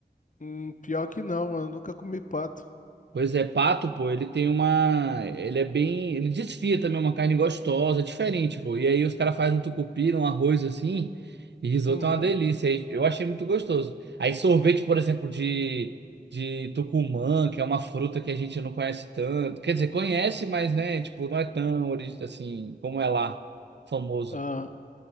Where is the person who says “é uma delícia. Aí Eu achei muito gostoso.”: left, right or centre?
Right